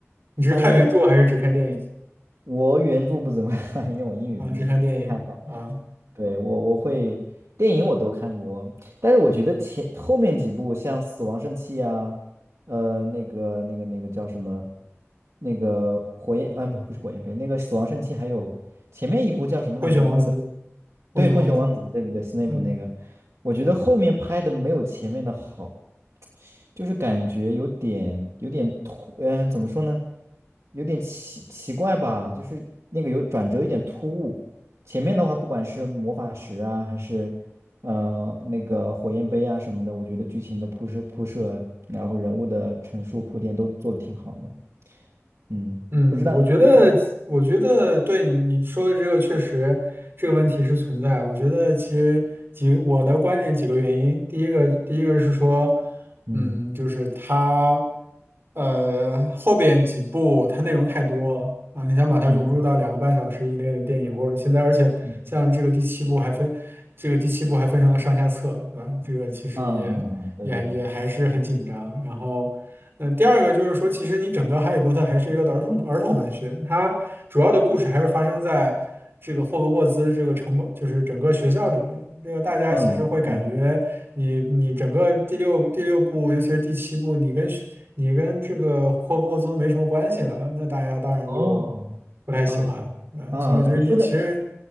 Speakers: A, on the right; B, on the right.
A: 你是看原著还是只看电影
B: 嗯，呃我原著不怎么看，因为我英语不是不太好。
A: 啊？只看电影啊，
B: 对，我我会电影我都看过，但是我觉得前后面几部像《死亡圣器》啊，呃，那个那个那个叫什么，那个火焰，呃，不不是火焰杯，那个《死亡圣器》，还有前面一部叫什么来着？
A: 《混血王子》，
B: 那个
A: 《混血王子》，
B: 对，混血王子，对对对，斯内普那个，
A: 嗯。
B: 我觉得后面拍的没有前面的好。就是感觉有点有点突，嗯，怎么说呢？有点奇奇怪吧，就是那个有转折，有点突兀。前面的话，不管是魔法石啊，还是呃那个火焰杯啊什么的，我觉得剧情的铺设铺设，然后人物的陈述铺垫都做的挺好的。嗯，
A: 嗯，
B: 不知道你你你
A: 我觉得，我觉得对你说的这个确实这个问题是存在。我觉得其实几我的观点几个原因，第一个第一个是说，
B: 嗯
A: 嗯，就是它，呃，后边几部它内容太多了啊，你想把它融入到两个半小时以内的电影，
B: 嗯
A: 或者现在，而且像这个第七部还分这个第七部还分成了上下册，
B: 嗯
A: 对吧？这个其实也也也还是很紧张，
B: 嗯嗯嗯，对对对，
A: 然后。嗯，第二个就是说，其实你整个《哈利波特》还是一个儿童儿童文学，它主要的故事还是发生在这个霍格沃兹这个城堡，就是整个学校里边。这个大家其实会感觉你你整个第六第六部，
B: 嗯嗯
A: 尤其是第七部，你跟学你跟这个霍格沃兹都没什么关系了，那大家当然就
B: 哦，
A: 不太喜欢。
B: 啊啊，
A: 嗯，所以就是你其实，
B: 你说的